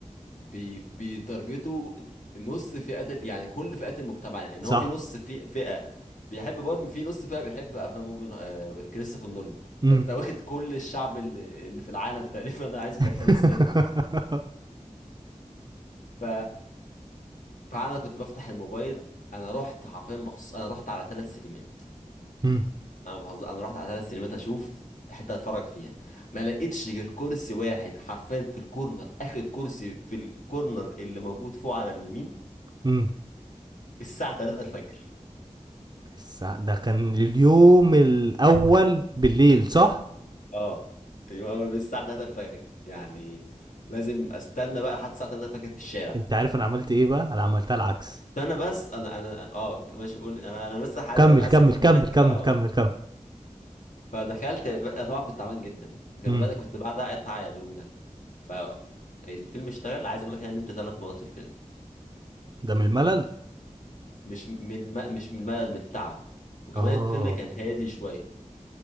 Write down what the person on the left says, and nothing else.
بي بيتارجتوا نص فئة ال- يعني كل فئات المجتمع يعني
هو في نص في فئة بيحب باربي في نص فئة بيحب افلام اوبن آه، كريستوفر نولان
فانت واخد كل الشعب اللي اللي في العالم تقريبا انا عايز ادخله
السينما ف فانا كنت بفتح الموبايل انا رحت حرفيا مخصوص انا رحت على ثلاث سينمات
انا بهزر انا رحت على ثلاث سينمات اشوف حته اتفرج فيها ما لقيتش غير كرسي واحد حرفيا في الكورنر اخر كرسي في الكورنر اللي موجود فوق على اليمين
الساعه 3 الفجر
اه يعني هو الساعه 3 الفجر يعني لازم استنى بقى لحد الساعه 3 الفجر في الشارع
استنى بس انا انا اه ماشي قول انا انا لسه عايز
عايز
اكمل
لك
اه
فدخلت بقى طبعا كنت تعبان جدا وكمان
بدأ كنت بعد اقطع اليوم ده فالفيلم اشتغل عايز اقول لك ان انت ثلاث مرات في الفيلم
مش من الم... مش من الملل من التعب وكمان
الفيلم كان هادي شوية